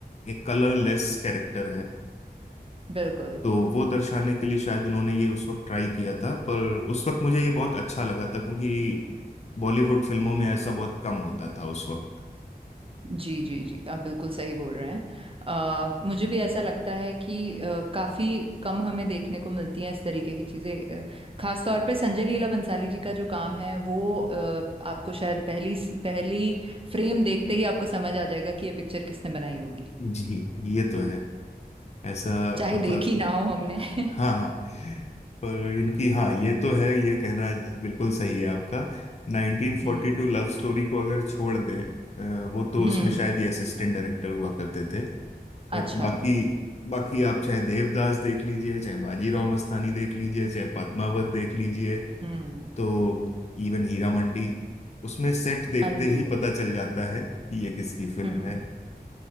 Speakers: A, on the left; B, on the right.
A: एक कलरलेस कैरेक्टर है
B: बिल्कुल
A: तो वो दर्शाने के लिए शायद उन्होंने ये उस वक्त ट्राई किया था पर उस वक्त मुझे ये बहुत अच्छा लगा था क्योंकि बॉलीवुड फिल्मों में ऐसा बहुत कम होता था उस वक्त
B: जी जी जी आप बिल्कुल सही बोल रहे हैं आ, मुझे भी ऐसा लगता है कि अ, काफी कम हमें देखने को मिलती हैं इस तरीके की चीजें अ, खास तौर पे संजय लीला बंसाली जी का जो काम है वो अ, आपको शायद पहली पहली फ्रेम देखते ही आपको समझ आ जाएगा कि ये पिक्चर किसने बनाई होगी
A: जी <laughs> ये तो है ऐसा
B: चाहे
A: मतलब
B: देखी ना हो हमने <laughs>
A: हाँ हाँ पर इनकी हाँ ये तो है ये कहना बिल्कुल सही है आपका 1942
B: हम्म
A: love story को अगर छोड़ दें अ, वो तो
B: हम्म
A: उसमें शायद ये असिस्टेंट डायरेक्टर हुआ करते थे बट
B: अच्छा
A: बाकी बाकी आप चाहे देवदास देख लीजिए चाहे बाजीराव मस्तानी देख लीजिए चाहे पद्मावत देख लीजिए
B: हम्म
A: तो इवन हीरा मंडी उसमें सेट देखते
B: हाँ जी
A: ही पता चल जाता है कि ये किसकी फिल्म
B: हम्म हम्म
A: है